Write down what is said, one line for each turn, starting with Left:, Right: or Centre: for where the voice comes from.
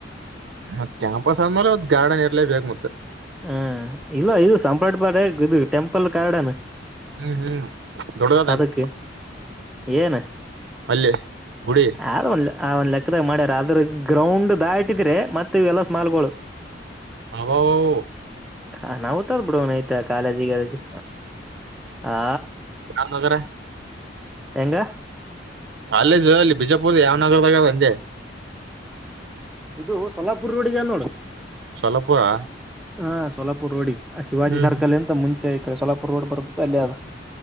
Right: ಮತ್ ಕ್ಯಾಂಪಸ್ ಅಂದ್ಮೇಲೆ ಒತ್ ಗಾರ್ಡನ್ ಇರ್ಲೆಬೇಕ್ ಮತ್ತೆ.
Centre: ಹ ಇಲ್ಲ ಇದು ಸಂಪ್ರಾರ್ಟ್ ಬಾಡ ಇದು ಟೆಂಪಲ್ ಗಾರ್ಡನ್.
Right: ಹ್ಮ್ ಹ್ಮ್ ದೊಡ್ಡದದಂಟ
Centre: ಅದಕ್ಕೆ ಏನ್
Right: ಅಲ್ಲಿ ಗುಡಿ.
Centre: ಯಾರ ಒಂದ ಆ ಒಂದು ಲೆಕ್ಕದಾಗ ಮಾಡ್ಯಾರ ಅದ್ರ ಗ್ರೌಂಡ್ ದಾಟಿದ್ರೆ ಮತ್ತ ಇವೆಲ್ಲ ಸ್ಮಾಲ್ಗಳು. <inaudible>
Right: ಹಬ ಬ ಬ ಬ.
Centre: ಅನಾವುತ ಆದ ಬಿಡೋ ಅವ್ನೇತಿ ಆ ಕಾಲೇಜಿಗೆ ಆಗ ಹಾ.
Right: ರಾಮನಗರ
Centre: ಹೆಂಗ
Right: ಕಾಲೇಜು ಅಲ್ಲಿ ಬಿಜಾಪುರದ ಯಾವ ನಗರದಾಗ ಅವ ಅಂದೆ.
Centre: ಇದು ಸೊಲ್ಲಾಪುರ್ ರೋಡಿಗೆ ಆದ ನೋಡು.
Right: ಸೊಲ್ಲಪುರಾ.
Centre: ಹಾ ಸೋಲಾಪುರ್ ರೋಡಿಗಿ ಶಿವಾಜಿ
Right: ಹ್ಮ್
Centre: ಸರ್ಕಲ್ಲಿಂತ ಮುಂಚೆ ಈ ಕಡೆ ಸೋಲಾಪುರ್ ರೋಡ್ ಬರ್ಬೇಕು ಅಲ್ಲೇ ಅದ.